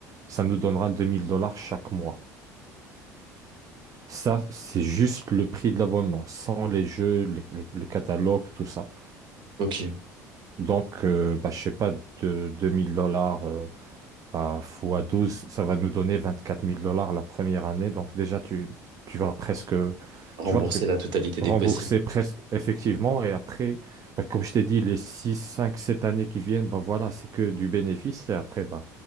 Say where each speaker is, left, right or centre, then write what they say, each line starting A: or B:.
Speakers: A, on the right; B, on the right.
A: ça nous donnera 2000 dollars chaque mois. Ça, c'est juste le prix de l'abonnement, sans les jeux, les- les- le catalogue, tout ça.
B: Ok.
A: Donc, euh, bah, je sais pas, de 2000 dollars. euh, Bah, fois 12, ça va nous donner vingt-quatre mille dollars la première année. Donc déjà, tu, tu vas presque,
B: Rembourser
A: tu vois le truc,
B: la totalité
A: rembourser
B: des PC.
A: presque effectivement. Et après, bah, comme je t'ai dit, les 6, 5, 7 années qui viennent, bah, voilà, c'est que du bénéfice. Et après, bah,